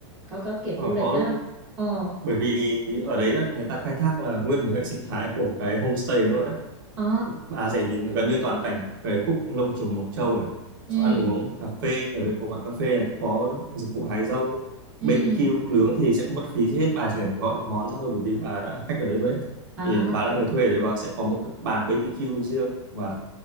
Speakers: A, in the centre; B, on the right.
A: có có kiểu
B: Ờ,
A: du lịch
B: có
A: đó
B: luôn
A: không? ờ
B: bởi vì ở đấy đó, người ta khai thác là nguyên một hệ sinh thái của cái homestay ấy luôn á
A: à
B: bà sẽ nhìn gần như toàn cảnh về khúc lông trường Mộc Châu này
A: ừ
B: xong ăn uống cà phê ở đây có quán cà phê này cũng có dịch vụ hái dâu
A: ừ
B: BBQ nướng thì sẽ không mất phí gì hết bà chỉ cần gọi món ra thôi bởi vì bà đã là khách ở đấy rồi ấy.
A: à
B: thì bà là người thuê ở đấy bà sẽ có một cái bàn BBQ riêng và